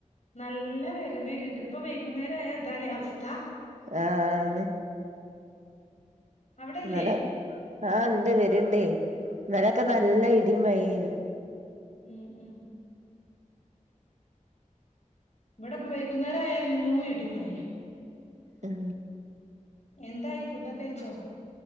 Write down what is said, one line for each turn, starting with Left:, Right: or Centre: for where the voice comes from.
Left: നല്ല വരവേര്ണ്ട് ഇപ്പൊ വൈകുന്നേര ആയാ ഇതല്ലേ അവസ്ഥ?
Right: ആ ആണ്
Left: അവിടല്ലേ
Right: നല്ല ആന്ന് വരണ്ടേ ഇന്നലൊക്കെ നല്ല ഇടീം മഴന്
Left: ഉം ഉം ഇവിടെപ്പൊ വൈകുന്നേരായര്ന്നു ഇടീം മഴയ
Right: ഉം
Left: എന്തായീ ഫുഡൊക്കെ കയിച്ചോ?